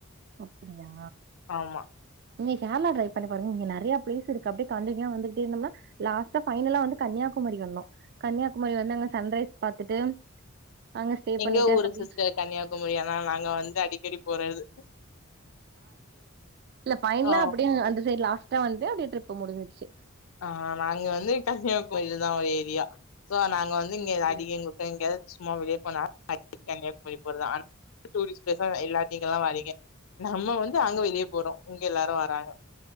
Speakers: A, on the right; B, on the left.
A: அப்படியா
B: ஆமா
A: நீங்க கேரளா ட்ரைப் பண்ணி பாருங்க இங்க நிறைய பிளேஸ் இருக்கு அப்டியே கண்டின்யூவா வந்துட்டு இருந்தம்னா லாஸ்ட்டா ஃபைனலா வந்து கன்னியாகுமரி வந்தோம் கன்னியாகுமரி வந்து அங்க சன்ரைஸ் பாத்துட்டு அங்க ஸ்டே
B: எங்க
A: பண்ணிட்டு
B: ஊரு
A: அங்க பீச்
B: சிஸ்டர் கன்னியாகுமரி ஆனா நாங்க வந்து அடிக்கடி போறது
A: ஃபைனல்லா
B: ஆ
A: அப்டியே வந்து லாஸ்ட்டா வந்து அப்டியே டிரிப் முடிச்சிறுச்சு
B: ஆ நாங்க வந்து கன்னியாகுமரி தா ஒரு ஏரியா சோ நாங்க வந்து இங்க
A: ஓகே
B: அடி எங்களுக்கு எங்க சும்மா வெளிய போன கன்னியாகுமரி போறது டூரிஸ்ட் பிளேஸ் எல்லா இங்க தா வாரிங்க நம்ம வந்து அங்க
A: ஓ
B: வெளிய போறோம் எல்லாரு வாராங்க